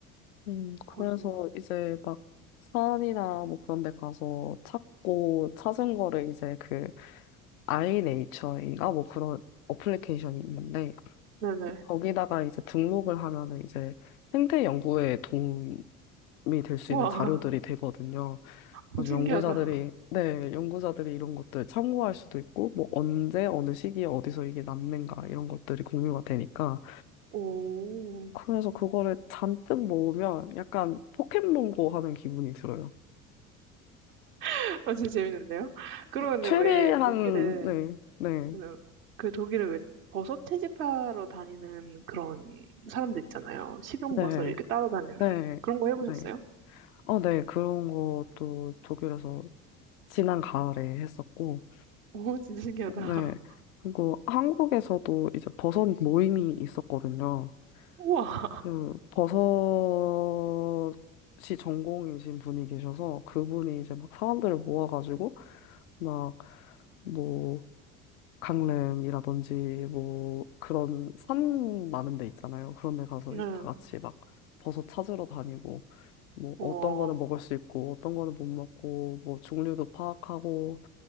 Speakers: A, on the left (about 70°); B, on the right (about 70°).
A: 음, 그래서
B: 버섯.
A: 이제 막 산이나 뭐 그런 데 가서 찾고 찾은 거를 이제 그 아이네이처인가 뭐 그런 어플리케이션이 있는데
B: 네네.
A: 거기다가 이제 등록을 하면은 이제 생태 연구에 도움이 될 수
B: 우와,
A: 있는 자료들이 되거든요.
B: <laughs>
A: 그래서
B: 신기하다.
A: 연구자들이 네, 연구자들이 이런 것들 참고할 수도 있고 뭐 언제 어느 시기에 어디서 이게 남는가 이런 것들이 공유가 되니까
B: 오,
A: 그래서 그거를 잔뜩 모으면 약간 포켓몬고 하는 기분이 들어요.
B: <laughs> 아주 재밌는데요? 그러면
A: 최대한,
B: 왜 독일에
A: 네, 네,
B: 그그 독일은 왜 버섯 채집하러 다니는 그런 사람들 있잖아요. 식용버섯
A: 네,
B: 이렇게 따러 다니는
A: 네,
B: 그런 거 해보셨어요?
A: 네. 어, 네, 그런 것도 독일에서 지난 가을에 했었고,
B: <laughs> 오, 진짜 신기하다.
A: 네.
B: <laughs>
A: 그리고 한국에서도 이제 버섯 모임이 있었거든요.
B: 우와.
A: 그 버섯이 전공이신 분이 계셔서 그분이 이제 막 사람들을 모아가지고 막뭐 강릉이라든지 뭐 그런 산 많은 데 있잖아요. 그런 데 가서
B: 네.
A: 이제 다 같이 막 버섯 찾으러 다니고 뭐
B: 우와.
A: 어떤 거는 먹을 수 있고 어떤 거는 못 먹고 뭐 종류도 파악하고